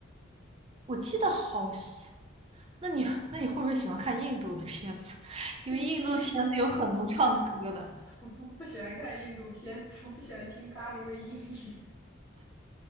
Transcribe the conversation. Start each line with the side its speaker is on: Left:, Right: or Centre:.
Right: 我记得好像，那你那你会不会喜欢看印度的片子？<laughs> 因为印度的片子有很多唱歌的。
Left: <laughs> 因为我不不喜欢看印度片子，我不喜欢听咖喱味英语。